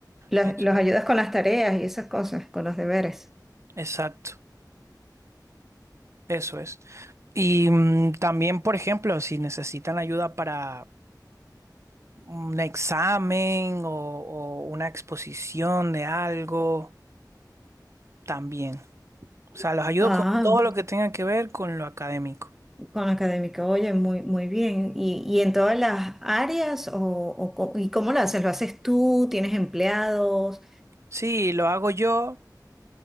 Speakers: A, in the centre; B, on the right.
A: Los,
B: Eso
A: los ayudas
B: es.
A: con las tareas y esas cosas, con los deberes.
B: Exacto, eso es. Y mm, también, por ejemplo, si necesitan ayuda para un examen o, o una exposición de algo, también. O sea, los ayudo
A: Ah,
B: con todo lo que tenga que ver con lo académico.
A: con académica, oye, muy, muy bien. ¿Y, y en todas las áreas o, o co- y cómo lo haces? ¿Lo haces tú? ¿Tienes empleados?
B: Sí, lo hago yo,